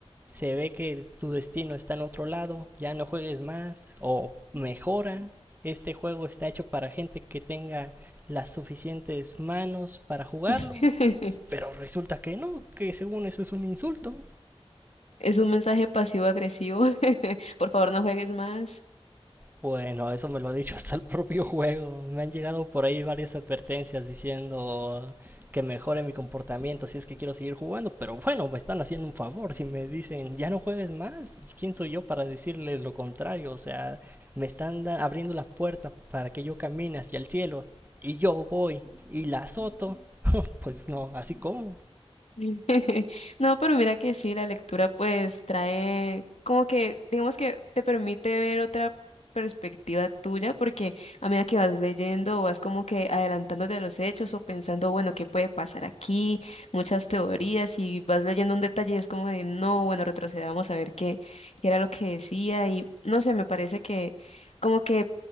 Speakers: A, on the right; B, on the left.
A: se ve que tu destino está en otro lado, ya no juegues más o mejora. Este juego está hecho para gente que tenga las suficientes manos para jugarlo,
B: <laughs>
A: pero resulta que no, que según eso es un insulto.
B: Es un mensaje pasivo-agresivo. <laughs> Por favor, no juegues más.
A: Bueno, eso me lo ha dicho hasta el propio juego. Me han llegado por ahí varias advertencias diciendo que mejore mi comportamiento si es que quiero seguir jugando, pero bueno, me están haciendo un favor. Si me dicen ya no juegues más, ¿quién soy yo para decirles lo contrario? O sea, me están abriendo la puerta para que yo camine hacia el cielo y yo voy y la azoto. <laughs> Pues no, así como.
B: <laughs> No, pero mira que sí, la lectura pues trae como que, digamos que te permite ver otra perspectiva tuya, porque a medida que vas leyendo, vas como que adelantándote de los hechos o pensando, bueno, ¿qué puede pasar aquí? Muchas teorías y vas leyendo un detalle y es como de, no, bueno, retrocedamos a ver qué, qué era lo que decía y no sé, me parece que como que